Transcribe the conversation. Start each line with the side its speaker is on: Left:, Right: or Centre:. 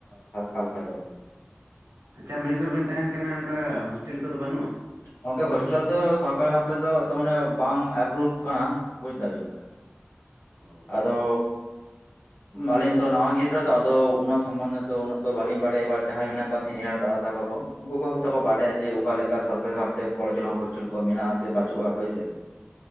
Left: ᱦᱟᱞᱠᱟ ᱦᱟᱞᱠᱟ ᱫᱚ᱾
Right: ᱟᱪᱪᱷᱟ ᱢᱮᱥ ᱨᱮ ᱵᱤᱱ ᱛᱟᱦᱮᱱ ᱠᱟᱱᱟ ᱚᱱᱠᱟ ᱦᱳᱥᱴᱮᱞ ᱠᱚᱫᱚ ᱵᱟᱹᱱᱩᱜᱼᱟ᱾
Left: ᱜᱚᱝᱠᱮ ᱦᱳᱥᱴᱮᱞ ᱫᱚ ᱥᱚᱨᱠᱟᱨᱤ ᱵᱷᱟᱵ ᱛᱮᱫᱚ ᱛᱚ ᱢᱟᱱᱮ ᱵᱟᱝ ᱮᱯᱨᱩᱵᱷ ᱠᱟᱱᱟ ᱵᱩᱡ ᱫᱟᱵᱤᱱ᱾
Right: ᱚ
Left: ᱟᱫᱚ
Right: ᱟᱪᱪᱷᱟ ᱟᱪᱪᱷᱟ,
Left: ᱟᱞᱤᱧ ᱛᱚ ᱱᱟᱣᱟ ᱜᱤᱫᱽᱨᱟᱹ ᱛᱚ ᱟᱫᱚ ᱩᱱᱟᱹᱜ ᱥᱚᱢᱢᱚᱱᱫᱮ ᱫᱚ ᱩᱱᱟᱹᱜ ᱫᱚ ᱵᱟᱹᱞᱤᱧ ᱵᱟᱰᱟᱭᱟ ᱵᱟ ᱡᱟᱦᱟᱸᱭ ᱢᱮᱱᱟᱜ ᱠᱚ ᱠᱚᱣᱟ ᱥᱤᱱᱤᱭᱟᱨ ᱫᱟᱫᱟ ᱛᱟᱠᱚ ᱠᱚ ᱩᱱᱠᱩ ᱠᱚ ᱦᱚᱭᱛᱚ ᱠᱚ ᱵᱟᱰᱟᱭᱟ ᱡᱮ ᱚᱠᱟ ᱞᱮᱠᱟ ᱥᱚᱨᱠᱟᱨᱤ ᱵᱷᱟᱵᱽᱛᱮ ᱠᱚᱞᱮᱡ ᱨᱮᱦᱚᱸ ᱦᱚᱥᱴ ᱦᱚᱥᱴᱮᱞ ᱠᱚ ᱢᱮᱱᱟᱜᱼᱟ ᱥᱮ ᱵᱟᱪᱩᱜᱼᱟ ᱦᱳᱭ ᱥᱮ᱾